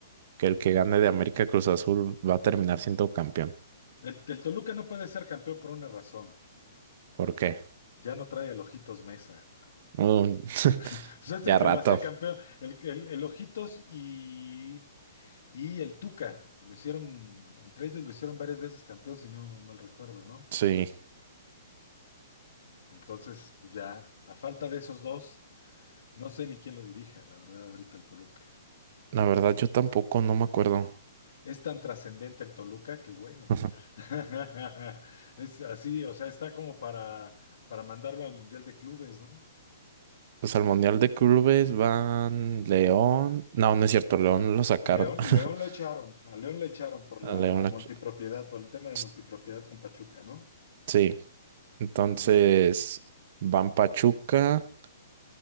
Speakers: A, on the right; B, on the left.
A: que el que gane de América Cruz Azul va a terminar siendo campeón.
B: El, el Toluca no puede ser campeón por una razón.
A: ¿Por qué?
B: Ya no trae el Ojitos Mesa.
A: Un- <laughs>
B: <laughs> O sea, es
A: ya
B: el que
A: rato.
B: lo hacía campeón. El, el- el Ojitos y, y el Tuca. Lo hicieron, entre ellos lo hicieron varias veces campeón, si no mal recuerdo, ¿no?
A: Sí,
B: Entonces, pues ya, a falta de esos dos, no sé ni quién lo dirija, la verdad, ahorita el Toluca.
A: la verdad yo tampoco, no me acuerdo.
B: Es tan trascendente el Toluca que bueno.
A: <laughs>
B: <laughs> Es así, o sea, está como para, para mandarlo al Mundial de Clubes, ¿no?
A: Pues al Mundial de Clubes van León. No, no es cierto, León lo sacaron.
B: León, León
A: <laughs>
B: lo echaron, a León lo echaron por
A: A
B: la
A: León lo
B: multipropiedad,
A: ch-
B: por el tema de
A: ch-
B: multipropiedad con Pachuca, ¿no?
A: Sí, entonces
B: Ujú,
A: van Pachuca,